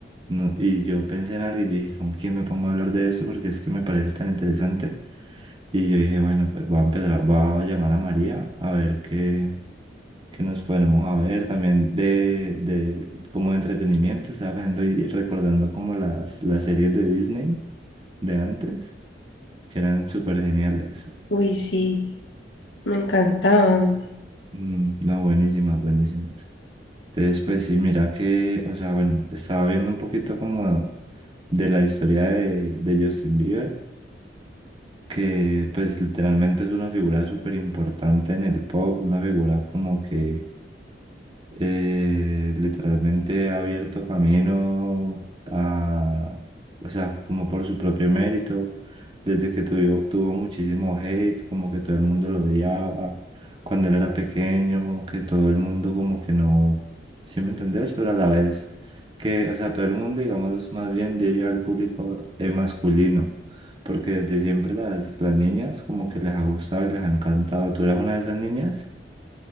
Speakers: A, on the right (about 25°); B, on the left (about 80°).
A: No, y yo pensé en alguien y dije, ¿con quién me pongo a hablar de esto? Porque es que me parece tan interesante. Y yo dije, bueno, pues voy a empezar, voy a llamar a María a ver qué, qué nos ponemos a ver también de, de como de entretenimiento, estaba viendo y recordando como las, las series de Disney de antes, que eran súper geniales.
B: uy, sí, me encantaban.
A: Mm, no, buenísimas, buenísimas. Entonces, pues sí, mira que, o sea, bueno, estaba viendo un poquito como de la historia de, de Justin Bieber, que pues literalmente es una figura súper importante en el pop, una figura como que eh, literalmente ha abierto camino a, o sea, como por su propio mérito, desde que tuvo, tuvo muchísimo hate, como que todo el mundo lo odiaba, cuando él era pequeño, que todo el mundo como que no, ¿sí me entendés? Pero a la vez que, o sea, todo el mundo, digamos, más bien diría al público eh, masculino. Porque desde siempre las, las niñas como que les ha gustado y les ha encantado. ¿Tú eras una de esas niñas?